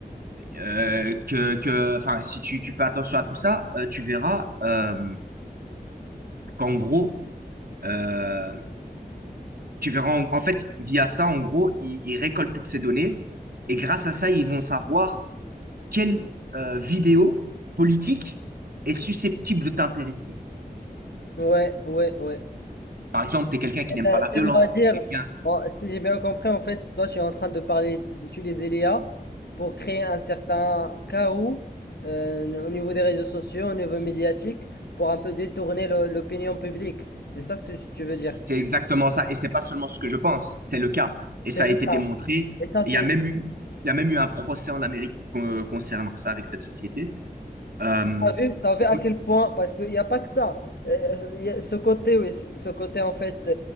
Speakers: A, on the right (about 70°); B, on the left (about 85°).
A: euh, que, que, enfin, si tu, tu fais attention à tout ça, euh, tu verras euh, qu'en gros, euh, Tu verras, en, en fait, via ça, en gros, ils, ils récoltent toutes ces données et grâce à ça, ils vont savoir quelle euh, vidéo politique est susceptible de t'intéresser.
B: Ouais, ouais, ouais.
A: Par exemple, tu es quelqu'un qui n'aime
B: Euh,
A: pas la
B: Si
A: violence,
B: on va dire,
A: t'es quelqu'un,
B: bon, si j'ai bien compris, en fait, toi, tu es en train de parler d'utiliser l'IA pour créer un certain chaos euh, au niveau des réseaux sociaux, au niveau médiatique, pour un peu détourner le- l'opinion publique. C'est ça ce que tu veux
A: c'est
B: dire.
A: exactement ça. Et c'est pas seulement ce que je pense, c'est le cas.
B: C'est
A: Et ça
B: le
A: a été
B: cas.
A: démontré.
B: Et ça,
A: Il
B: c'est...
A: y a même eu, il y a même eu un procès en Amérique con- concernant ça avec cette société. Euh,
B: T'as vu, t'as vu
A: il
B: à
A: faut
B: quel
A: une
B: point, parce qu'il n'y a pas que ça. Euh, il y a ce côté, oui, ce ce côté en fait